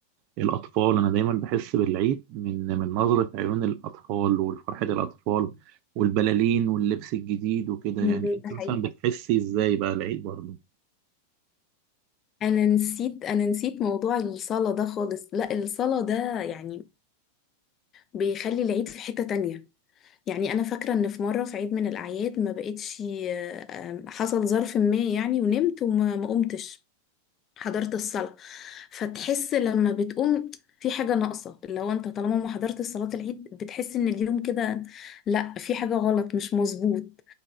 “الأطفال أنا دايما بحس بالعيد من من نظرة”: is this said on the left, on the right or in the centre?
Right